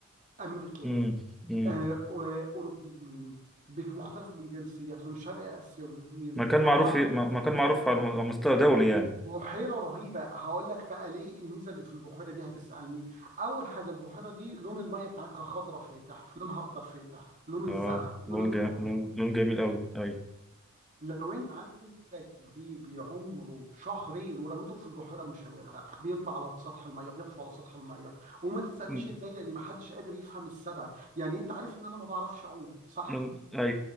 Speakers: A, on the right; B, in the centre.
A: أمريكان
B: مم. مم.
A: آه، آه، أوروبيين بمختلف من جنسياتهم شرق آسيويين
B: مكان معروف
A: عرب،
B: م- مكان معروف على م- على مستوى دولي يعني
A: بحيرة رهيبة هقول لك بقى ليه الميزة اللي في البحيرة دي هتسألني أول حاجة البحيرة دي لون المية بتاعتها خضرة فاتح لونها أخضر فاتح لون الزرع
B: اه
A: لون
B: لون
A: الكرنب
B: جا... لون لون جميل قوي اي
A: لو أنت عندك بيبي عمره شهرين ورميته في البحيرة مش هيغرق بيطلع على سطح المية بيطفو على سطح المية وما تسألنيش
B: مم.
A: إزاي لأن محدش قادر يفهم السبب يعني أنت عارف إن أنا ما بعرفش أعوم صح
B: لون- اي